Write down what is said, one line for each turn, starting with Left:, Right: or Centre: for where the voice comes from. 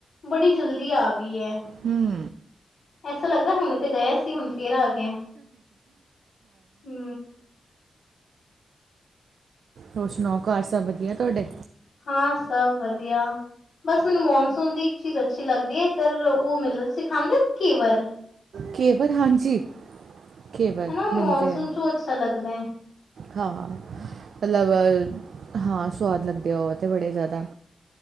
Left: ਬੜੀ ਜਲਦੀ ਆ ਗਈ ਹੈ।
Right: ਹੂੰ
Left: ਐਸਾ ਲੱਗਦਾ ਹੁਣ ਤੇ ਗਿਆ ਸੀ ਹੁਣ ਫਿਰ ਆ ਗਿਆ ਹੂ
Right: ਹੋਰ ਸੁਣਾਓ ਘਰ ਸਭ ਵਧੀਆ ਤੁਹਾਡੇ
Left: ਹਾਂ ਸਭ ਵਧੀਆ ਬਸ ਹੁਣ ਮੌਨਸੂਨ ਦੀ ਚੀਜ਼ ਅੱਛੀ ਲੱਗਦੀ ਹੈ ਤੇ ਫਿਰ ਉਹ ਮਿਲਦਾ ਸਿਖਾਂਦੇ ਕੀ ਵਾਇਰ
Right: ਕੇਵਲ ਹਾਂਜੀ ਕੇਵਲ
Left: ਹਨਾ ਉਹ
Right: ਮਿਲਦੇ
Left: ਮੌਨਸੂਨ
Right: ਹੈ।
Left: ਚ ਉਹ ਅੱਛਾ ਲੱਗਦਾ ਹੈ।
Right: ਹਾਂ ਮਤਲਬ ਹਾਂ ਸਵਾਦ ਲੱਗਦੇ ਆ ਉਹ ਤੇ ਬੜੇ ਜ਼ਿਆਦਾ,